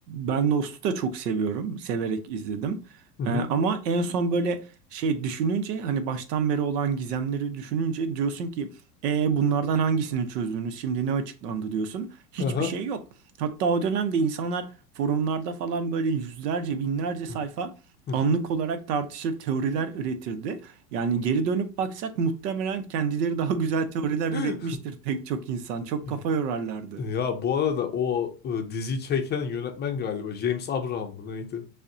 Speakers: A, on the right; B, on the left.
A: ben Lost'u da çok seviyorum. Severek izledim.
B: Hı hı.
A: Ee, ama en son böyle şey düşününce hani baştan beri olan gizemleri düşününce diyorsun ki e, bunlardan hangisini çözdünüz? Şimdi ne açıklandı diyorsun. Hiçbir
B: Aha.
A: şey yok. Hatta o dönemde insanlar forumlarda falan böyle yüzlerce binlerce
B: Hı
A: sayfa anlık
B: hı.
A: olarak tartışır teoriler üretirdi. Yani geri dönüp baksak muhtemelen kendileri daha güzel teoriler
B: hı.
A: üretmiştir pek çok insan. Çok
B: <laughs>
A: kafa yorarlardı.
B: Ya bu arada o e, diziyi çeken yönetmen galiba James Abraham mı neydi?